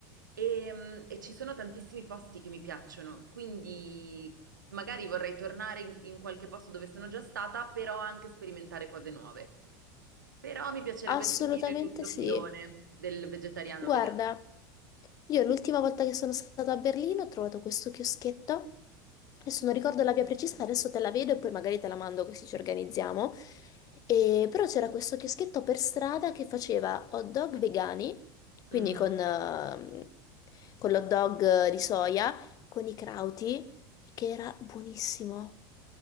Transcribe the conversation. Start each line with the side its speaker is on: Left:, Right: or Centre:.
Right: E, mm, e ci sono tantissimi posti che mi piacciono, quindi magari vorrei tornare in, in qualche posto dove sono già stata, però anche sperimentare cose nuove. Però mi piacerebbe
Left: Assolutamente
Right: seguire questo
Left: sì.
Right: filone del vegetariano
Left: Guarda,
Right: vegano.
Left: io l'ultima volta che sono stata a Berlino ho trovato questo chioschetto. Adesso non ricordo la via precisa, adesso te la vedo e poi magari te la mando così ci organizziamo. E- però c'era questo chioschetto per strada che faceva hot dog vegani, quindi
Right: Mm.
Left: con, ehm, con l'hot dog di soia, con i crauti, che era buonissimo.